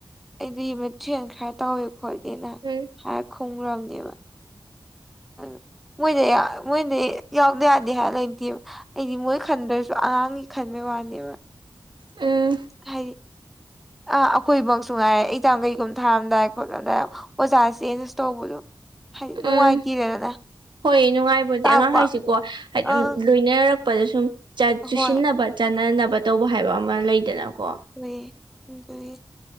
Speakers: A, in the centre; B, on the right.
A: ꯑꯩꯗꯤ <unintelligible> ꯈꯔ ꯇꯧꯋꯦ ꯈꯣꯠꯂꯤꯅ
B: ꯎꯝ
A: ꯍꯥꯏꯔ ꯈꯨꯝꯒ꯭ꯔꯥꯝꯅꯦꯕ ꯑꯗꯨ ꯃꯣꯏꯗꯤ ꯌꯥ ꯃꯣꯏꯗꯤ ꯌꯥꯎꯗ ꯌꯥꯗꯦ ꯍꯥꯏꯕ ꯂꯩꯇꯦꯕ ꯑꯩꯗꯤ ꯃꯣꯏ ꯈꯟꯗ꯭ꯔꯁꯨ ꯑꯉꯥꯡꯒꯤ ꯈꯟꯕꯩ ꯋꯥꯅꯦꯕ
B: ꯎꯝ
A: ꯍꯥꯏꯗꯤ ꯑꯥ ꯑꯈꯣꯏꯕꯣꯛꯁꯨ ꯉꯥꯏꯔꯦ ꯑꯦꯛꯖꯥꯝ ꯀꯩꯒꯨꯝ ꯊꯥꯔꯝꯗꯥꯏ ꯈꯣꯠꯂꯝꯗꯥꯏ ꯑꯣꯖꯥ ꯆꯦꯟꯖ ꯇꯧꯕꯗꯣ ꯍꯥꯏꯗꯤ ꯅꯨꯡꯉꯥꯏꯇꯦꯗꯅ
B: ꯎꯝ ꯍꯣꯏ ꯅꯨꯡꯉꯥꯏ ꯄꯣꯠꯇꯦ
A: ꯇꯥꯛꯄ
B: ꯑꯉꯥꯡ ꯍꯥꯏꯁꯤꯀꯣ ꯍꯥꯏꯗꯤ
A: ꯑꯥ
B: ꯂꯣꯏꯅꯔꯛꯄꯗ ꯁꯨꯝ ꯆꯨꯁꯤꯟꯅꯕ
A: ꯍꯣꯏ
B: ꯆꯥꯅꯅꯕ ꯇꯧꯕ ꯍꯥꯏꯕ ꯑꯃ ꯂꯩꯗꯅꯀꯣ
A: ꯂꯩꯌꯦ ꯑꯗꯨꯅꯤ